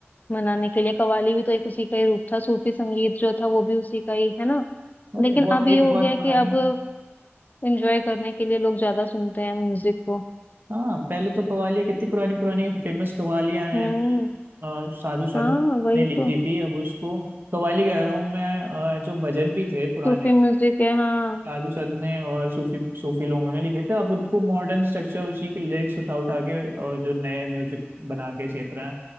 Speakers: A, on the left; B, on the right.
A: मनाने के लिए कव्वाली भी तो एक उसी का ही रूप था सूफी संगीत जो था वो भी उसी का ही है ना
B: ओके
A: लेकिन
B: बहुत
A: अब ये
B: एक
A: हो
B: बहुत
A: गया है
B: पुरानी
A: कि अब एंजॉय करने के लिए लोग ज्यादा सुनते हैं म्यूजिक को
B: हाँ पहले तो कवालियाँ कितनी पुरानी पुरानी फेमस कवालियाँ हैं
A: हम्म
B: अ, साधु संत
A: हाँ वही
B: ने लिखी
A: तो
B: थी अब उसको कवाली कह रहा हूँ मैं अ, जो भजन भी थे पुराने
A: सूफी म्यूजिक है हाँ
B: साधु संत ने और सूफी सूफी लोगों ने लिखे थे अब उनको मॉडर्न स्ट्रक्चर उसी के लिरिक्स उठा उठा के और जो नए म्यूजिक बना के छेप रहे हैं